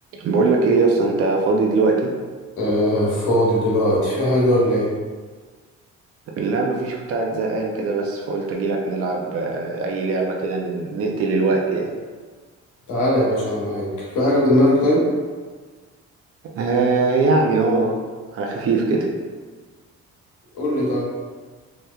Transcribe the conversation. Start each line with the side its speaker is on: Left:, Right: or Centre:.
Right: بقول لك ايه يا اسطى انت فاضي دلوقتي
Left: آه فاضي دلوقتي في حاجة ولا ايه؟
Right: لا مفيش كنت قاعد زهقان كده بس فقلت اجيلك نلعب آه، اي لعبه كده نقتل الوقت يعني
Left: تعالى يا باشا أنا معاك في حاجة في دماغك طيب؟
Right: آه يعني اه على خفيف كده
Left: قول لي طيب